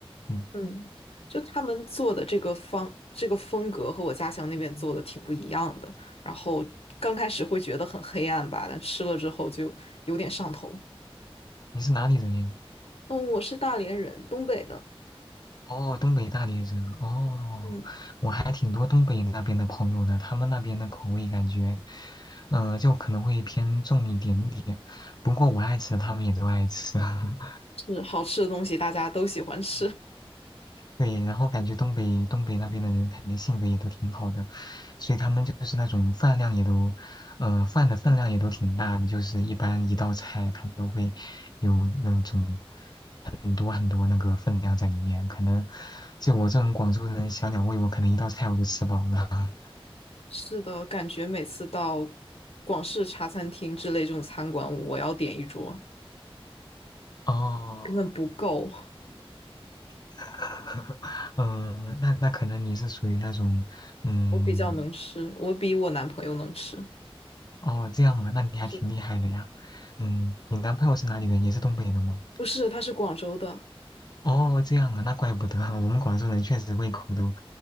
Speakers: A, on the left (about 45°); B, on the left (about 80°).
A: 嗯，
B: 嗯，就他们做的这个方这个风格和我家乡那边做的挺不一样的。然后刚开始会觉得很黑暗吧，但吃了之后就有点上头。
A: 你是哪里人呀？
B: 嗯，我是大连人，东北的。
A: 哦，东北大连人哦，
B: 嗯，
A: 我还挺多东北那边的朋友的，他们那边的口味感觉，嗯、就可能会偏重一点点。不过我爱吃，他们也都爱吃。<laughs>
B: 是好吃的东西，大家都喜欢吃。
A: 嗯对，然后感觉东北东北那边的人，感觉性格也都挺好的，所以他们就是那种饭量也都，嗯、饭的分量也都挺大的，就是一般一道菜他都会有那种很多很多那个分量在里面，可能就我这种广州人小鸟胃，我可能一道菜我就吃饱了。<laughs>
B: <laughs> 是的，感觉每次到广式茶餐厅之类这种餐馆，我要点一桌，
A: 哦，
B: 根本不够。
A: <laughs> 嗯，那那可能你是属于那种，嗯，
B: 我比较能吃，我比我男朋友能吃。
A: 哦，这样啊，那你还挺厉害的呀。
B: 是的，
A: 嗯，你男朋友是哪里人？也是东北的吗？
B: 不是，他是广州的，
A: 哦，这样啊，那怪不得 <laughs> 我们广州人确实胃口都